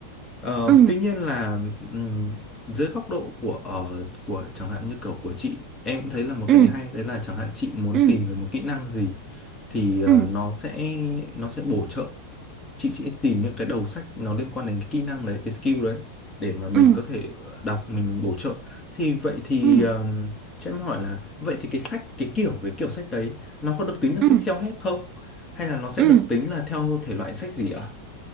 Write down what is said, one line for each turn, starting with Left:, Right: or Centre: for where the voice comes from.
Left: Ờ,
Right: ừ
Left: tuy nhiên là ừm, dưới góc độ của ờ, của chẳng hạn như kiểu của chị em cũng thấy là một
Right: ừ
Left: cái hay đấy là chẳng hạn chị muốn
Right: ừ
Left: tìm về một kỹ năng gì thì ờ,
Right: ừ
Left: nó sẽ nó sẽ bổ trợ chị sẽ tìm những cái đầu sách nó liên quan đến cái kỹ năng đấy cái skill đấy để mà mình
Right: ừ
Left: có thể ờ, đọc mình bổ trợ thì vậy thì
Right: ừ ừ
Left: ờm, cho em hỏi là vậy thì cái sách cái kiểu cái kiểu sách đấy nó có được tính là
Right: ừ
Left: sách
Right: ừ,
Left: self-help không hay là nó sẽ
Right: ừ.
Left: được tính là theo thể loại sách gì ạ?